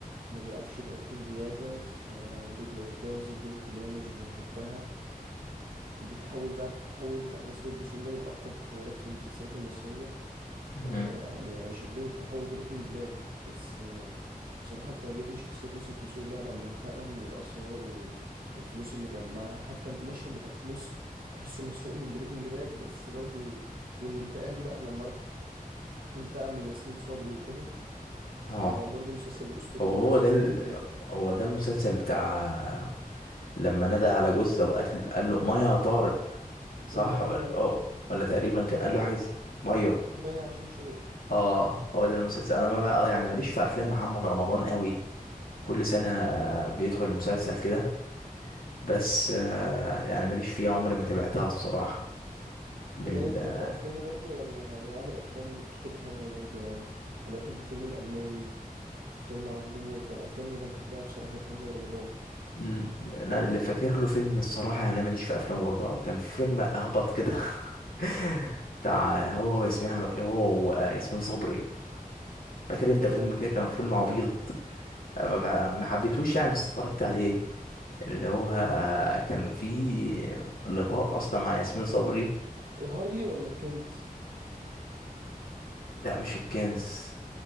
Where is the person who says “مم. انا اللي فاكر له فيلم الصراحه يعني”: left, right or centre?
Left